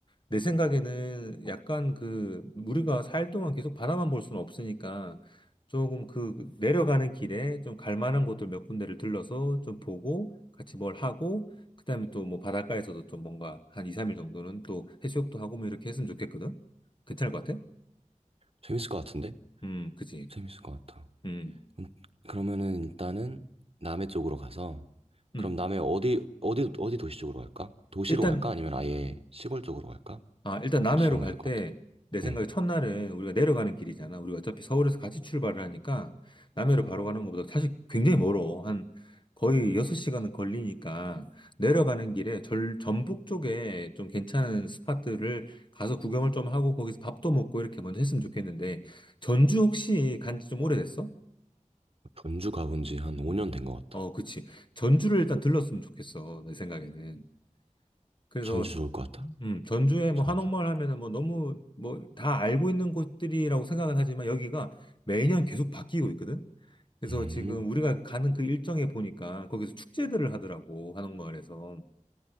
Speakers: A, on the left; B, on the right.
A: 내 생각에는 약간 그 우리가 살 동안 계속 바다만 볼 수는 없으니까 조금 그 내려가는 길에 좀 갈 만한 곳들 몇 군데를 들러서 좀 보고 같이 뭘 하고 그다음에 또 뭐 바닷가에서도 좀 뭔가 한 2, 3일 정도는 또 해수욕도 하고 뭐 이렇게 했으면 좋겠거든. 괜찮을 것 같아?
B: 재밌을 것 같은데?
A: 음, 그치.
B: 재밌을 것 같아.
A: 음,
B: 음, 그러면은 일단은 남해 쪽으로 가서 그럼
A: 음.
B: 남해 어디 어디 어디 도시 쪽으로 갈까? 도시로
A: 일단
B: 갈까? 아니면 아예 시골 쪽으로 갈까?
A: 아, 일단 남해로
B: 그것도 정해야
A: 갈
B: 될 것
A: 때,
B: 같아.
A: 내 생각에
B: 응.
A: 첫날은 우리가 내려가는 길이잖아. 우리가 어차피 서울에서 같이 출발을 하니까, 남해로 바로 가는 것보다 사실 굉장히 멀어. 한 거의 6시간은 걸리니까, 내려가는 길에 절, 전북 쪽에 좀 괜찮은 스팟들을 가서 구경을 좀 하고, 거기서 밥도 먹고 이렇게 먼저 했으면 좋겠는데, 전주 혹시 간지 좀 오래됐어?
B: 전주 가본 지 한 5년 된 것 같아.
A: 어, 그치. 전주를 일단 들렀으면 좋겠어. 내 생각에는. 그래서
B: 전주 좋을 것 같아.
A: 음, 전주에 뭐
B: 전주
A: 한옥마을
B: 가자.
A: 하면은 뭐 너무 뭐 다 알고 있는 곳들이라고 생각은 하지만 여기가 매년 계속 바뀌고 있거든. 그래서
B: 음.
A: 지금 우리가 가는 그 일정에 보니까 거기서 축제들을 하더라고 한옥마을에서.